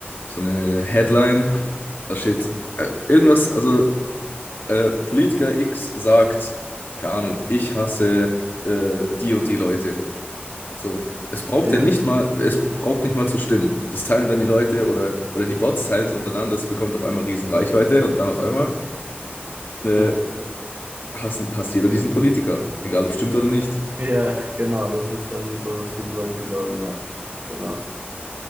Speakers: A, on the left; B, on the right.
A: so eine Headline, da steht äh, irgendwas, also äh, Politiker X sagt, keine Ahnung, ich hasse äh, die und die Leute. So. Es braucht
B: Ja,
A: ja nicht mal, es braucht nicht mal zu stimmen. Das teilen dann die Leute oder, oder die Bots teilen es untereinander, das bekommt auf einmal riesen Reichweite und dann auf einmal äh,
B: ja,
A: hassen, hasst jeder diesen Politiker, egal ob stimmt oder nicht. Ja,
B: Ja, genau, das ist dann so, was viele Leute glauben, ja, genau.